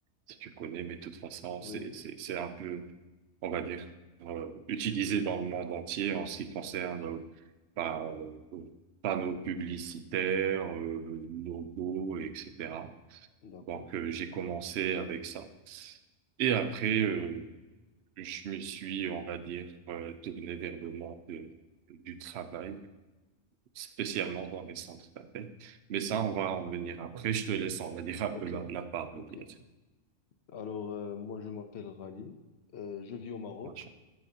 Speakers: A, on the right; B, on the left.
A: si tu connais, mais de toute façon,
B: oui,
A: c'est,
B: oui,
A: c'est, c'est un peu, on va dire, euh, utilisé dans le monde entier en ce qui concerne euh, bah, euh, panneaux publicitaires, euh, logos, etc.
B: d'accord.
A: Donc, euh, j'ai commencé avec ça. Et après, euh, je me suis, on va dire, euh, tourné vers le monde euh, du travail spécialement dans les centres d'appel. Mais ça,
B: Mhm.
A: on va en venir après. Je te laisse en venir un
B: Ok,
A: peu la, la parole.
B: ok.
A: bien sûr.
B: Alors euh, moi je m'appelle Rally, Euh, je vis au Maroc
A: Enchan-